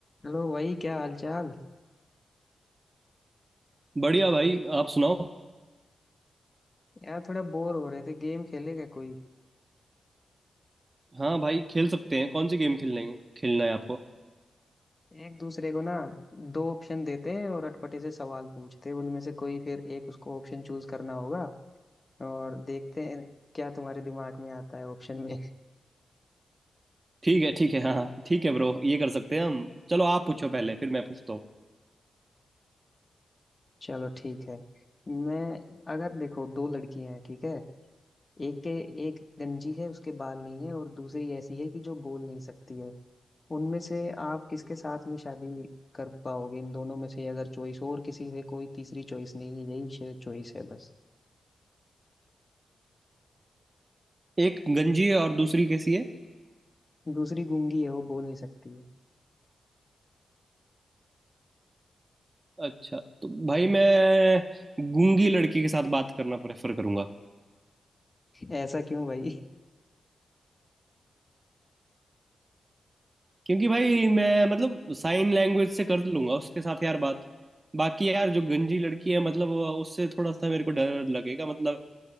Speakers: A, on the left (about 35°); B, on the right (about 30°).
A: हेलो भाई क्या हाल चाल
B: बढ़िया भाई आप सुनाओ
A: यार थोड़ा बोर हो रहे थे गेम खेलेगा कोई
B: हाँ भाई खेल सकते हैं कौन सी गेम खेलना है खेलना है आपको
A: एक दूसरे को ना दो ऑप्शन देते हैं और अटपटे से सवाल पूछते हैं उनमें से कोई फिर एक उसको ऑप्शन चूज करना होगा और देखते हैं क्या तुम्हारे दिमाग में आता है ऑप्शन में
B: ठीक है ठीक है हाँ हाँ ठीक है ब्रो ये कर सकते हैं हम चलो आप पूछो पहले फिर मैं पूछता हूँ
A: <laughs> चलो ठीक है मैं अगर देखो दो लड़कियां हैं ठीक है एक के एक गंजी है उसके बाल नहीं है और दूसरी ऐसी है कि जो बोल नहीं सकती है उनमें से आप किसके साथ में शादी कर पाओगे इन दोनों में से अगर चॉइस और किसी से कोई तीसरी चॉइस नहीं है यही चॉइस है बस
B: एक गंजी है और दूसरी कैसी है
A: दूसरी गूंगी है वो बोल नहीं सकती
B: अच्छा तो भाई मैं गूंगी लड़की के साथ बात करना प्रेफर करूंगा
A: है ऐसा क्यों भाई
B: क्योंकि भाई मैं मतलब साइन लैंग्वेज से कर लूंगा उसके साथ यार बात बाकी यार जो गंजी लड़की है मतलब वो- उससे थोड़ा सा मेरे को डर लगेगा मतलब